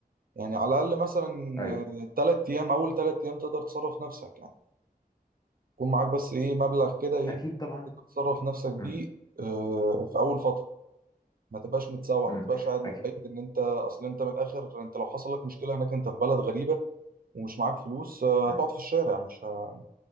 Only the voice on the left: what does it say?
ايوه
اكيد طبعا
مم.
مم.
اكيد
مم.